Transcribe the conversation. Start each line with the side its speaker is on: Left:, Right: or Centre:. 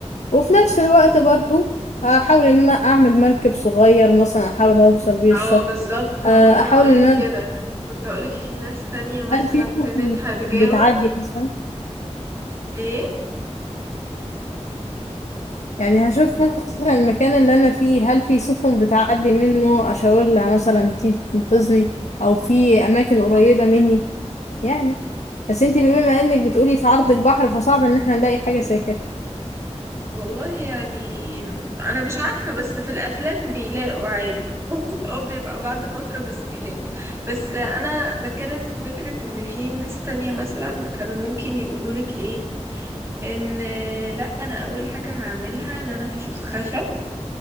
Left: وفي نفس الوقت برضو هحاول ان انا اعمل مركب صغير مثلا احاول اوصل بيه الشط
Right: اه بالظبط ما
Left: آه
Right: كنت
Left: احاول
Right: هقولك
Left: ان انا
Right: كده كنت هقولك في ناس تانية مثلا
Left: هل في سفن
Right: كانت هتجاوب
Left: بتعدي مثلا
Right: ايه
Left: يعني هشوف مثلا المكان اللي انا فيه هل في سفن بتعدي منه اشاور لها مثلا تيجي تنقذني او في اماكن قريبة مني يعني بس انتي بما انك بتقولي في عرض البحر فصعب ان احنا نلاقي حاجة زي كده
Right: والله يعني انا مش عارفة بس في الافلام بيلاقوا عادي <laughs> او بيبقى بعد فترة بس بيلاقوا بس انا بتكلم في فكرة ان في ناس تانية مثلا كانوا ممكن يقولولك ايه ان لا انا اول حاجة هعملها ان انا هشوف خشب